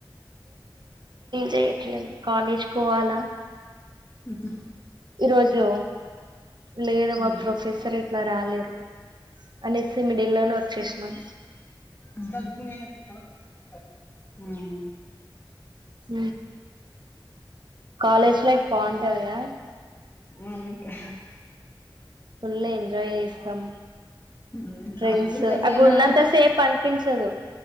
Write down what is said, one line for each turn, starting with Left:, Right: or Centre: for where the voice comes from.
Right: చేయట్లాలేదు కాలేజ్ కోవాలా
Left: ఇదు
Right: ఈరోజు లేదమ్
Left: మ్మ్
Right: మా ప్రొఫెసర్ అట్లా రాలేరు అనేసి మిడియల్లోనే వచ్చేసినాం
Left: హ <unintelligible>
Right: హ కాలేజ్ లైఫ్ బాగుంటాందియా
Left: ఉనుకా
Right: ఫుల్ ఎంజాయ్ చేస్తాం
Left: మ్మ్
Right: ఫ్రెండ్స్
Left: కాలేజీలో ఎట్లైనా
Right: అక్కడు ఉన్నంత సేప్ అంట పిన్సదు